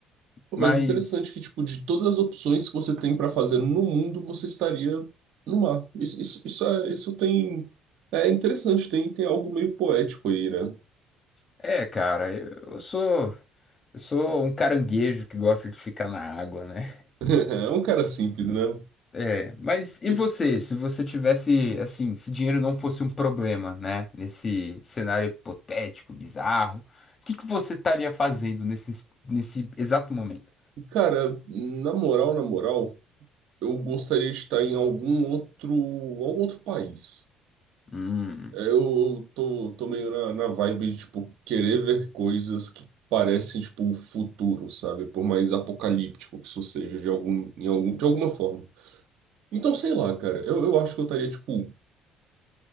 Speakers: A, on the right; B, on the left.
A: Pô,
B: Mas
A: mas interessante que, tipo, de todas as opções que você tem pra fazer no mundo, você estaria no mar. Isso, isso, isso, é, isso tem... É interessante, tem, tem algo meio poético aí, né?
B: é, cara, eu, eu sou, eu sou um caranguejo que gosta de ficar na água, né?
A: <laughs> É um cara simples, né?
B: É, mas e
A: E,
B: você,
A: tipo,
B: se você tivesse, assim, se dinheiro não fosse um problema, né, nesse cenário hipotético, bizarro, o que que você estaria fazendo nesse, nesse exato momento?
A: Cara, na moral, na moral, eu gostaria de estar em algum outro, algum outro país,
B: Hum,
A: É, Eu tô, tô meio na, na vibe de, tipo, querer ver coisas que parecem, tipo, o futuro, sabe? Por mais apocalíptico que isso seja, de algum, em algum, de alguma forma. Então, sei lá, cara, eu, eu acho que eu estaria, tipo,